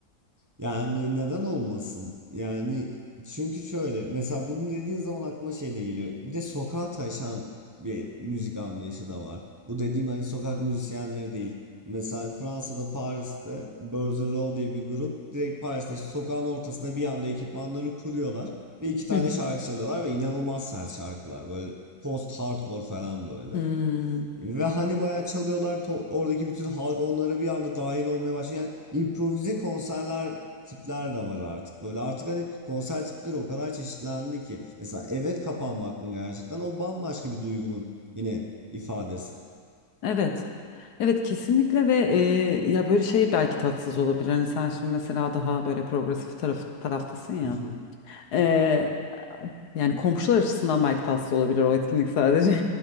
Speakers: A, on the right; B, on the left.
A: Yani neden olmasın? Yani çünkü şöyle mesela bunu dediğin zaman aklıma şey de geliyor. Bir de sokağa taşan bir müzik anlayışı da var. Bu dediğim hani sokak müzisyenleri değil. Mesela Fransa'da Paris'te Birds in Row diye bir grup direkt Paris'te işte sokağın ortasında bir anda ekipmanları kuruyorlar ve iki tane
B: Hı hı.
A: şarkı çalıyorlar ve inanılmaz sert şarkılar böyle post hardcore falan böyle.
B: Hmm,
A: Ve hani bayağı çalıyorlar to- oradaki bütün halk onlara bir anda dahil olmaya başlıyor. Yani improvize konserler tipler de var artık. Böyle artık hani konser tipleri o kadar çeşitlendi ki. Mesela eve kapanmak mı gerçekten o bambaşka bir duygunun yine ifadesi.
B: evet. Evet kesinlikle ve e, ya böyle şey belki tatsız olabilir. Hani sen şimdi mesela daha böyle progresif taraf, taraftasın ya.
A: <laughs>
B: E, yani komşular açısından belki tatsız olabilir o etkinlik sadece.